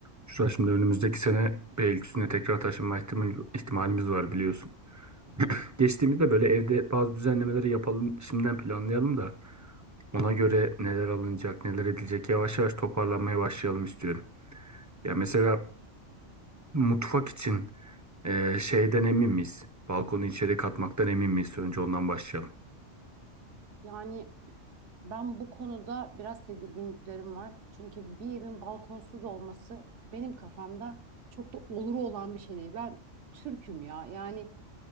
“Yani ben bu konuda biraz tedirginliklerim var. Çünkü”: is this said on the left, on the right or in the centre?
Right